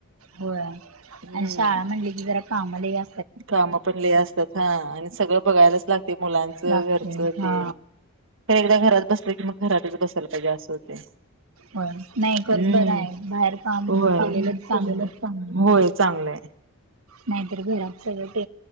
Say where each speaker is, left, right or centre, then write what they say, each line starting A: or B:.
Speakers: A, on the right; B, on the right.
A: होय
B: हम्म
A: अण शाळा म्हणली की जरा काम लई अ
B: काम पण लय असतात हा आणि सगळं बघायलाच लागते मुलांचं
A: लागते
B: घरच
A: हा
B: ते तर एकदा घरात बसले की मग घरातच बसायला पाहिजे असं होते.
A: हो नाही
B: हम्म
A: खर बरं आहे बाहेर काम
B: होय. काम
A: केलेलंच चांगलं.
B: केलेलंच होय चांगलंय.
A: नाहीतर घरात सगळ